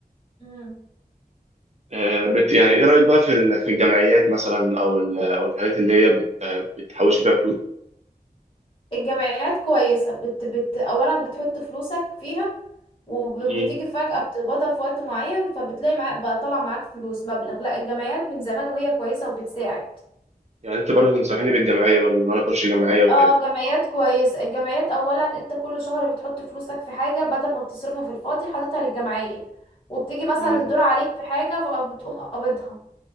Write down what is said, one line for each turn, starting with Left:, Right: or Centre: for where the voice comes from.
Left: مم.
Right: آه، بت يعني ايه رايك بقى في ال- في الجمعيات مثلا او ال- او الحاجات اللي هي بت بتحوش بيها فلوس
Left: الجمعيات كويسه بت بت اولا بتحط فلوسك فيها وبتيجي
Right: مم.
Left: فجأة بتقبضها في وقت معين فبتلاقي معاك بقى طالع معاك فلوس مبلغ لا الجمعيات من زمان وهي كويسة وبتساعد
Right: يعني انت برضو تنصحيني بالجمعيه برضو ان انا اخش جمعيه وكده
Left: اه الجمعيات كويس الجمعيات اولا انت كل شهر بتحط فلوسك في حاجة بدل ما بتصرفها في الفاضي حاططها للجمعية وبتيجي مثلا
Right: مم.
Left: الدور عليك في حاجة فبتقوم قابضها